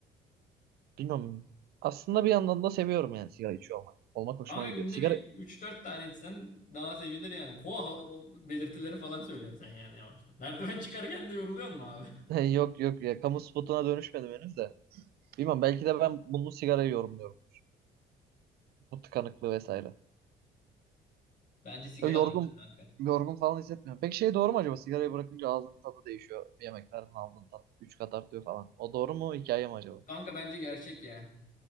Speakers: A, on the right (about 65°); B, on the left (about 50°).
A: bilmiyorum. Aslında bir yandan da seviyorum yani sigara içiyor olmak. Olmak hoşuma
B: Kanka
A: gidiyor.
B: günde
A: Sigara
B: bir üç dört tane içsen daha sevilir yani. Koa o belirtileri falan söylüyorsun sen yani yavaştan. Merdiven çıkarken de yoruluyor mu abi?
A: <laughs> yok yok ya kamu spotuna dönüşmedim henüz de. Bilmiyorum belki de ben bunu sigarayı yorumluyorum. Bu tıkanıklığı vesaire.
B: <laughs> Bence sigara
A: Ya yorgun
B: da kanka.
A: yorgun falan hissetmiyorum. Peki şey doğru mu acaba sigarayı bırakınca ağzının tadı değişiyor. Yemeklerden aldığın tat 3 kat artıyor falan. O doğru mu hikaye mi acaba?
B: Kanka bence gerçek ya.